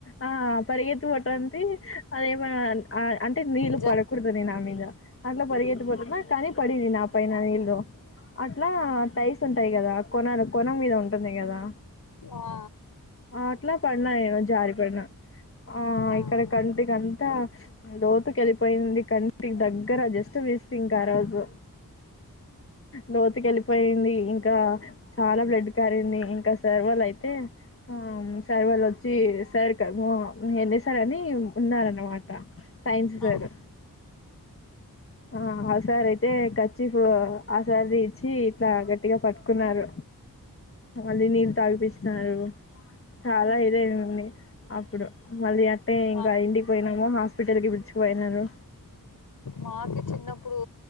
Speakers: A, on the left; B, on the left.
A: ఆ పరిగెత్తిపోటానికి అదే మన్ ఆ అంటే నీళ్ళు
B: జ
A: పడకూడదు అని నా మీద అ ట్లో పరిగెత్ పోతుంది కానీ పడినై నా పైన నీళ్ళు అట్లా టైస్ ఉంటాయి కదా కొనాల మీద ఉంటుంది కదా
B: ఆ
A: అట్ల పడినా నేను జారి పడిన ఆ
B: ఆ
A: ఇక్కడ కంటి కంతా లోతుక వెళ్ళిపోయింది కంటి ఇటికి దగ్గర జస్ట్ వీస్ ఇంకా ఆ రోజు లోతుకెలిపి పోయింది ఇంకా చాలా బ్లడ్ కారంది ఇంకా సార్ వాళ్ళు అయితే ఆ సార్ వాళ్ళు వచ్చి సార్ ఎళసార్ అని ఉన్నారనమాట సైన్స్
B: ఆ
A: సార్ ఆ ఆ సార్ అయితే కర్చీఫ్ ఆ సార్ ది ఇచ్చి ఇట్లా గట్టిగా పట్టుకున్నారు మళ్ళీ నీళ్ళు తగిపించినారు చాలా ఇదిఅయింది అప్పుడు మళ్ళీ
B: మా
A: ఇంకా ఇంటికి పోయినాక హాస్పిటల్ కి పీల్చుకుపోయినారు
B: మాకు చిన్నప్పుడు